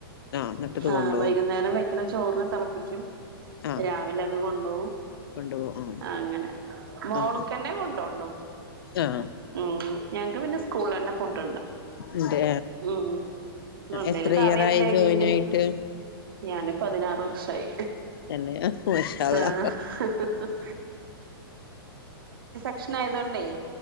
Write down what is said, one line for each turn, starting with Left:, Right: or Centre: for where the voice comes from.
Left: ആഹ് എന്നിട്ടത്
Right: ആ
Left: കൊണ്ടുപോകും
Right: വൈകുന്നേരം വെക്കണ ചോറിനെ തെളപ്പിക്കാ ഉം
Left: ആഹ്
Right: രാവിലെ അത് കൊണ് ഓ
Left: കൊണ്ടുപോകും ആഹ്
Right: അങ്ങനെ മോള്ക്കന്നെ
Left: ആഹ്
Right: കൊണ്ടോണ്ടു
Left: ആഹ്
Right: ഉം ഞങ്ങക്ക് പിന്നെ സ്കൂളന്നെ ഫുഡുണ്ട്
Left: ഉണ്ട്
Right: ഉം എന്തേലും
Left: എത്ര
Right: കറി
Left: ഇയറായി
Right: എന്തെയിങ്കിലും
Left: ജോയിൻ ആയിട്ട്
Right: ഞാനും പതിനാറ് വർ ആയി
Left: തന്നെ ഹഹ് അള്ളാ
Right: ആഹ് ഉഷ്ണായതോണ്ടേയ്